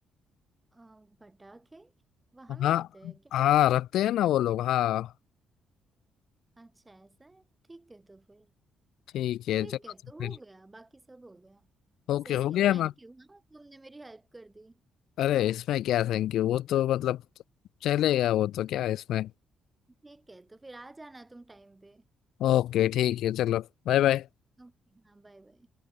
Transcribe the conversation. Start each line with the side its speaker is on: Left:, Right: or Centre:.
Right: अ, पटाखे वहां मिलते
Left: हाँ
Right: हैं क्या
Left: हाँ रखते हैं ना वो लोग हाँ
Right: अच्छा ऐसा है ठीक है तो फिर
Left: ठीक है
Right: ठीक
Left: चलो
Right: है
Left: तो
Right: तो
Left: फिर
Right: हो गया बाकी सब हो गया
Left: ओके
Right: सही
Left: हो
Right: है
Left: गया
Right: थैंक
Left: ना
Right: यू हाँ तुमने मेरी हेल्प कर दी
Left: अरे इसमें क्या थैंक यू वो तो मतलब चलेगा वो तो क्या है इसमें
Right: ठीक है तो फिर आ जाना तुम टाइम पे
Left: ओके ठीक है चलो बाय बाय
Right: ओके हाँ बाय बाय